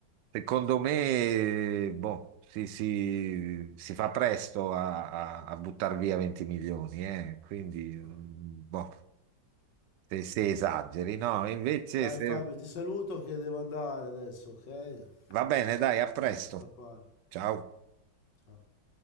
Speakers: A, on the right; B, on the left.
A: secondo me, boh, si, si- si fa presto a, a, buttare via 20 milioni, eh, Quindi, mm,
B: Ah.
A: boh, se se esageri, no? Invece,
B: Dai
A: se...
B: Fabio, ti saluto che devo andare adesso, ok?
A: va bene, dai, a presto.
B: Devo scappare.
A: Ciao.
B: Ciao.